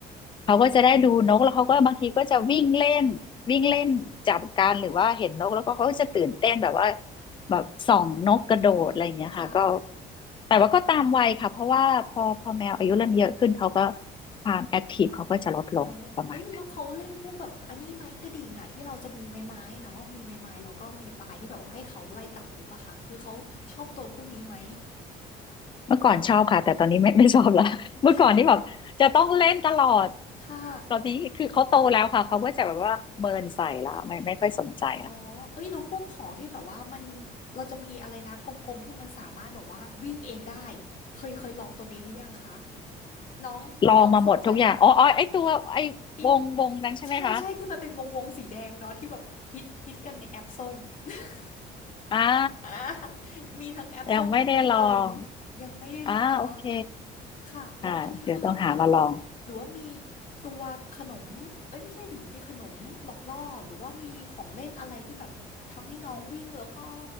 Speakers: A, on the left; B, on the left.
A: เขาก็จะได้ดูนกแล้วเขาก็บางทีก็จะวิ่งเล่นวิ่งเล่นจับกันหรือว่าเห็นนกแล้วก็เขาก็จะตื่นเต้นแบบว่าแบบส่องนกกระโดดอะไรอย่างเงี้ยค่ะก็
B: ค่ะ
A: แต่ว่าก็ตามวัยค่ะเพราะว่าพอพอแมวอายุเริ่มเยอะขึ้นเขาก็ ความแอคทีฟเขาก็จะลดลงประมาณนั้น
B: ลดลงเอ้ยแล้วเขาเล่นพวกแบบอันนี้ไหมกระดิ่งอะที่เราจะมีไม้ไม้เนาะมีไม้ไม้แล้วก็มีปลายที่แบบว่าให้เขาไล่ตะขูบอะค่ะคือเขาชอบตัวพวกนี้ไหม
A: เมื่อก่อนชอบค่ะแต่ตอนนี้ <laughs> ไม่ไม่ชอบละ <laughs> เมื่อก่อนที่แบบจะต้องเล่นตลอด
B: เดี๋ยวค่ะ
A: ตอนนี้คือเขาโตแล้วค่ะเขาก็จะแบบว่าเมินใส่ละไม่ไม่ค่อยสนใจละ
B: อ๋อเอ้ยแล้วพวกของที่แบบว่ามัน เราจะมีอะไรนะกลมๆที่มันสามารถแบบว่าวิ่งเองได้ เคยเคยลองตัวนี้หรือยังคะน้องน้องสนใจไหม
A: ลองมาหมดทุกอย่างอ๋ออ๋อไอตัวไอวงวงนั้นใช่ไหมคะ
B: อิใช่ๆที่มันเป็นวงๆสีแดงเนาะที่แบบฮิตฮิตกันในแอปส้ม <laughs>
A: อ่า
B: อามีทั้งแอปส้มแอปน้ำเงิน
A: ยังไม่ได้ลอง
B: ยังไม่ได้ลองเนาะ
A: อ่าโอเค
B: ค่ะแล้วอันนี้คือแบบว่า
A: อ่าเดี๋ยวต้องหามาลอง
B: หรือว่ามีตัวขนมเอ้ยไม่ใช่ดิมีขนมหลอกล่อหรือว่ามีของเล่นอะไรที่แบบทำให้น้องวิ่งแล้วก็